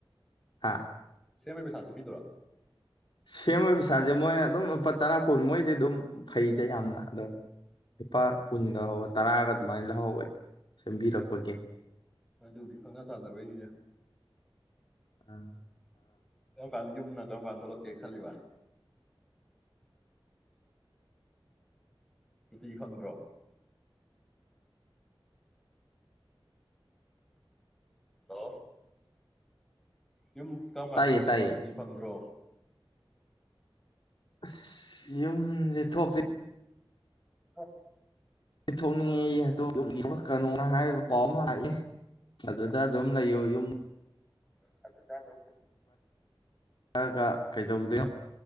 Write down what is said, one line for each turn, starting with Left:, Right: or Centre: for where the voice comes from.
Left: ꯍꯥꯥ
Centre: ꯁꯦꯝꯕꯩ ꯄꯩꯁꯥꯗꯤ ꯄꯤꯗꯣꯏꯔꯥ
Left: ꯁꯦꯝꯕꯩ ꯄꯩꯁꯥꯁꯦ ꯃꯣꯏ ꯑꯗꯨꯝ ꯂꯨꯄꯥ ꯇꯔꯥ ꯀꯨꯟ ꯃꯣꯏꯗꯤ ꯑꯗꯨꯝ ꯐꯩꯗꯦ ꯌꯥꯝꯅ ꯑꯗꯨꯝ ꯂꯨꯄꯥ ꯀꯨꯟꯒꯍꯧꯕ ꯇꯔꯥꯒ ꯑꯗꯨꯃꯥꯏꯅ ꯂꯧꯍꯧꯋꯦ ꯁꯦꯝꯕꯤꯔꯛꯄꯒꯤ
Centre: ꯑꯣ ꯑꯗꯨꯗꯤ ꯈꯪꯅ ꯆꯥꯟꯅꯕꯩꯅꯤꯅꯦ
Left: ꯑꯥ
Centre: ꯀ ꯌꯨꯝꯅ ꯀꯔꯝ ꯀꯥꯟꯗ ꯊꯣꯛꯂꯛꯀꯦ ꯈꯜꯂꯤꯕ ꯁꯨꯇꯤ ꯐꯪꯕ꯭ꯔꯣ ꯍꯂꯣ ꯌꯨꯝ ꯀꯔꯝ ꯀꯥꯟꯗ
Left: ꯇꯥꯏꯌꯦ
Centre: ꯊꯣꯛꯂꯛꯇꯣꯏꯅꯣ
Left: ꯇꯥꯏꯌꯦ
Centre: ꯑꯗꯨꯗꯤ ꯐꯪꯗ꯭ꯔꯣ
Left: ꯑꯁ ꯌꯨꯝꯁꯦ ꯊꯣꯛꯇ꯭ꯔꯤ
Centre: ꯍ
Left: ꯊꯣꯛꯣꯡꯅꯤꯡꯉꯦꯛꯀꯅꯣ ꯍꯥꯏ ꯀꯣꯝꯔꯏꯌꯦ ꯑ ꯑꯗꯨꯝ ꯂꯩꯌꯣ ꯌꯨꯝ
Centre: ꯍ ꯑꯗꯨꯗꯣ ꯆꯥꯗꯣ
Left: ꯒ ꯀꯩꯗꯧꯗꯦ